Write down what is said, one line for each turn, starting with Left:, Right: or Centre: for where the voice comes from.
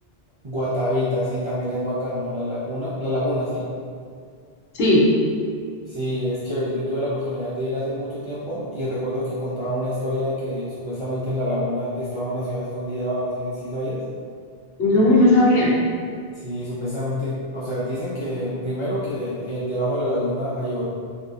Right: Guatavita, sí, también es bacano. La laguna, la laguna, sí.
Left: Sí,
Right: Sí, es chévere. Yo tuve la oportunidad de ir hace mucho tiempo y recuerdo que contaban una historia de que supuestamente en la laguna estaba una ciudad escondida abajo, ¿sí, sí sabías?
Left: no, no sabía.
Right: Sí, supuestamente, o sea, dicen que primero que eh, debajo de la laguna hay oro.